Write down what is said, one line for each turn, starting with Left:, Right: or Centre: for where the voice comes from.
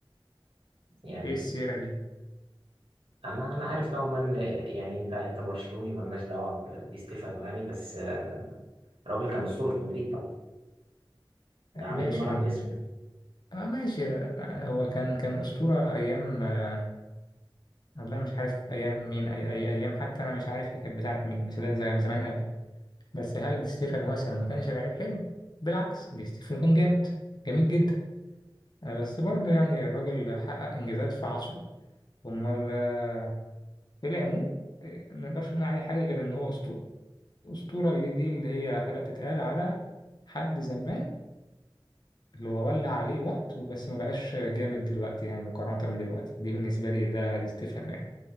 Right: يعني
Left: إيه السيرة دي؟
Right: أنا أنا عارف نوعا ما إن آه، يعني أنت أنت برشلوني مالناش دعوة بدي ستيفانو يعني بس آه، الراجل كان أسطورة في مدريد طبعا ده
Left: آه،
Right: عاملين
Left: ماشي
Right: الملعب
Left: من
Right: باسمه
Left: اه ماشي آه، هو كان كان أسطورة أيام آه، والله مش عارف أيام مين أي أي أيام حتى أنا مش عارف هي كانت بتاعت مين بس ده زي- من زمان قوي بس هل دي ستيفانو مثلا ما كانش لعيب حلو بالعكس دي ستيفانو كان جامد جميل جدا آه، بس برضه يعني الراجل حقق انجازات في عصره امال آه، في العموم آه، ما نقدرش نقول عليه حاجه غير ان هو اسطوره اسطوره اللي دي اللي هي حاجه بتتقال على حد زمان اللي هو ولى عليه وقت وبس ما بقاش جامد دلوقتي يعني مقارنه بدلوقتي دي بالنسبه لي ده دي ستيفانو يعني